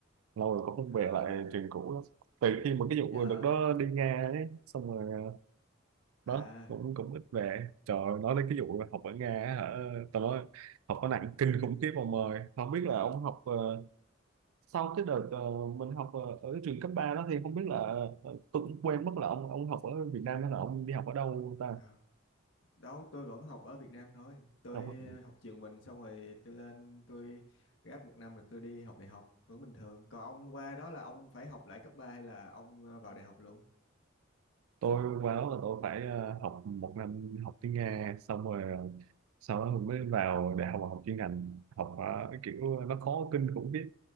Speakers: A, on the right (about 80°); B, on the left (about 60°).
A: lâu rồi cũng không
B: À
A: về lại trường cũ lắm. Từ khi mà cái vụ
B: Dạ hả?
A: đợt đó đi Nga ấy, xong rồi ờ,
B: À,
A: đó cũng cũng ít về. Trời ơi, nói đến cái vụ học ở Nga á hả? Tao nói học nó nặng kinh khủng khiếp ông ơi. Không biết là ông học ờ, sau cái đợt ờ, mình học ờ, ở trường cấp 3 đó thì không biết là ờ, tôi cũng quên mất là ông ông học ở Việt Nam hay là ông đi học ở đâu ta
B: à Đâu tôi vẫn học ở Việt Nam thôi Tôi
A: Học-
B: học trường mình xong rồi tôi lên Tôi gap một năm rồi tôi đi học đại học Vẫn bình thường Còn ông qua đó là ông phải học lại cấp 3 hay là ông ờ, vào đại học luôn
A: tôi qua đó là tôi phải ờ, học một năm học tiếng Nga xong rồi ờ, sau đó mới vào đại học học chuyên ngành học ờ, kiểu nó khó kinh khủng biết